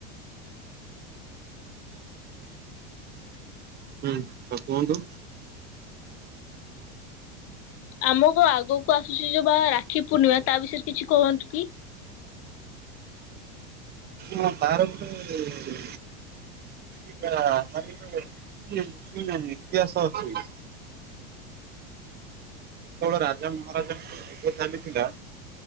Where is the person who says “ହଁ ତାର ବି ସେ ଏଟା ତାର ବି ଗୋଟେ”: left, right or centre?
Right